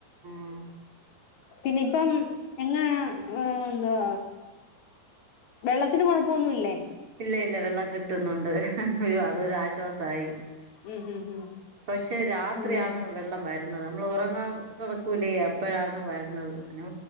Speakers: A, on the right; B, on the left.
A: ആഹ്
B: പിന്നെ ഇപ്പം എങ്ങ് ങ്ങാണ്ടാ വെള്ളത്തിന് കൊഴപ്പൊ ഒന്നുല്ലേ
A: ഇല്ല ഇല്ല വെള്ളം കിട്ട്ന്നുണ്ട് അയ്യോ അതൊരാശ്വാസായി
B: ഉം ഉം ഉം
A: പഷെ രാത്രിയാണ്
B: ഉം
A: വെള്ളം വര് ന്നത് നമ്മള് ഒറങ്ങാൻ തൊറക്കൂലേ അപ്പഴാണ് വര്ണത് പിന്നെ